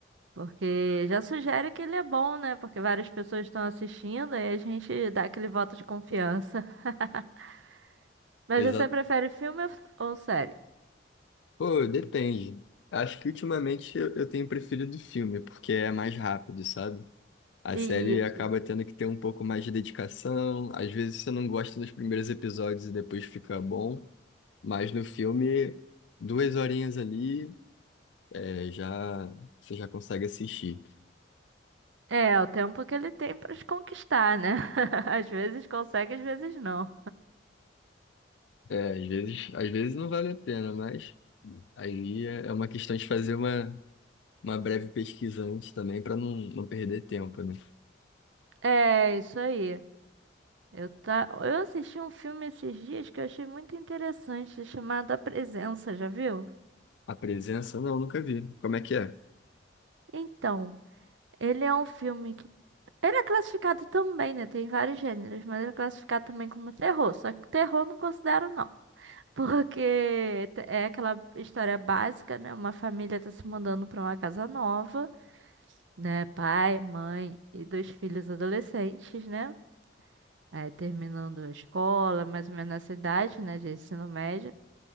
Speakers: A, on the right (about 80°); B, on the left (about 75°).
A: Porque já sugere que ele é bom, né? Porque várias pessoas estão assistindo e a gente dá aquele voto de confiança. <laughs> Mas
B: Exato.
A: você prefere filme ou ou série?
B: Pô, depende. Acho que ultimamente eu, eu tenho preferido filme, porque é mais rápido, sabe? A
A: Isso.
B: série acaba tendo que ter um pouco mais de dedicação. Às vezes você não gosta dos primeiros episódios e depois fica bom. Mas no filme, duas horinhas ali, é, já você já consegue assistir.
A: É, o tempo que ele tem pra te conquistar, né? <laughs> Às vezes consegue, às vezes não.
B: É, às vezes, às vezes não vale a pena, mas aí é é uma questão de fazer uma, uma breve pesquisa antes também para não, não perder tempo, né?
A: É, isso aí. Eu, tá... eu assisti um filme esses dias que eu achei muito interessante, chamado A Presença, já viu?
B: A presença, não, nunca vi. Como é que é?
A: Então, ele é um filme que. Ele é classificado também, né? Tem vários gêneros, mas ele é classificado também como terror. Só que terror eu não considero, não. <laughs> Porque te- é aquela história básica, né? Uma família tá se mudando pra uma casa nova, né? Pai, mãe e dois filhos adolescentes, né? Aí terminando a escola, mais ou menos nessa idade, né? De ensino médio.